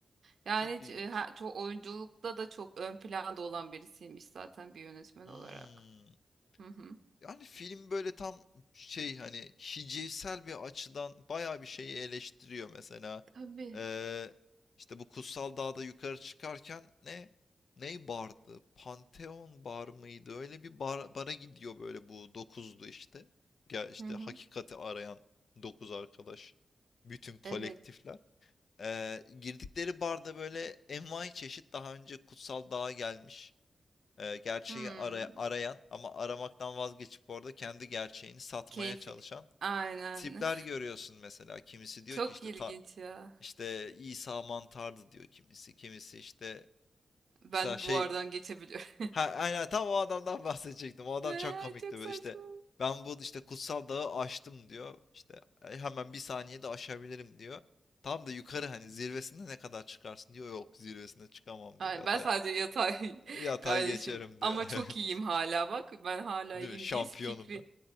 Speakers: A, on the right (about 70°); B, on the left (about 70°).
A: Yani
B: Çok ilginç.
A: c- e, ha- çok oyunculukta da çok ön planda olan birisiymiş zaten bir yönetmen
B: Hmm.
A: olarak. Hı hı.
B: Yani film böyle tam şey hani hicivsel bir açıdan bayağı bir şeyi eleştiriyor mesela.
A: Tabii.
B: Ee, işte bu Kutsal Dağ'da yukarı çıkarken ne? Ney bardı? Pantheon bar mıydı? Öyle bir bar- bara gidiyor böyle bu dokuzlu işte. Gel işte
A: Hı hı.
B: hakikati arayan dokuz arkadaş. Bütün kolektifler.
A: Evet.
B: Ee, girdikleri barda böyle envai çeşit daha önce Kutsal Dağ'a gelmiş e, gerçeği
A: Hmm.
B: ara- arayan ama aramaktan vazgeçip orada kendi gerçeğini satmaya
A: Keyfi.
B: çalışan
A: Aynen.
B: tipler görüyorsun mesela. Kimisi
A: <laughs>
B: diyor
A: Çok
B: ki işte
A: ilginç
B: ta,
A: ya.
B: işte İsa mantardı diyor kimisi. Kimisi işte
A: Ben
B: mesela şey
A: duvardan geçebiliyorum.
B: ha, aynen tam o adamdan <laughs> bahsedecektim.
A: <laughs>
B: O adam
A: Eee,
B: çok komikti
A: Çok saçma.
B: böyle işte ben bu işte kutsal dağı aştım diyor. İşte "E, hemen bir saniyede aşabilirim diyor. Tam da yukarı hani zirvesinde ne kadar çıkarsın diyor. Yok zirvesinde çıkamam
A: Ay,
B: diyor. Yatay
A: ben sadece yatay <laughs>
B: yatay
A: kardeşim.
B: geçerim diyor.
A: Ama çok
B: <laughs> Evet.
A: iyiyim hala bak. Ben hala
B: Değil
A: iyiyim
B: mi? Şampiyonum
A: diye fikri
B: ben.